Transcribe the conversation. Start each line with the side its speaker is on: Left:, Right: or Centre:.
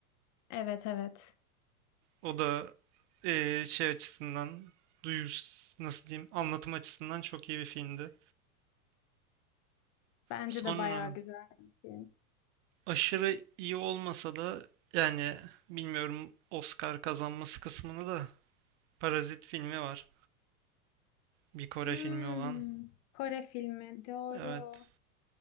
Left: Evet evet.
Right: O da ee, şey açısından duyus nasıl diyeyim anlatım açısından çok iyi bir filmdi.
Left: Bence
Right: Sonra
Left: de bayağı güzel bir film.
Right: aşırı iyi olmasa da yani bilmiyorum Oscar kazanması kısmını da Parazit filmi var. Bir Kore
Left: Hmm,
Right: filmi olan.
Left: Kore filmi doğru.
Right: Evet.